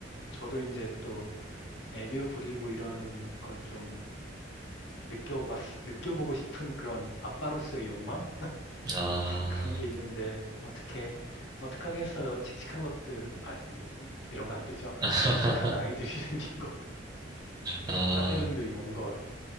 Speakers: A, on the left; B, on the right.
A: 저도 이제 또 애교 부리고 이러는 것 좀 느껴봤, 느껴보고 싶은 그런 아빠로서의 욕망?
B: 아.
A: 그런 게 있는데 어떻게 어떻게 하겠어요? 칙칙한 것들 아 이- 음, 이러면 안 되죠.
B: <laughs>
A: 칙칙한 아이들이 <laughs> 생긴 걸
B: 아,
A: 사내 놈들이 온 걸.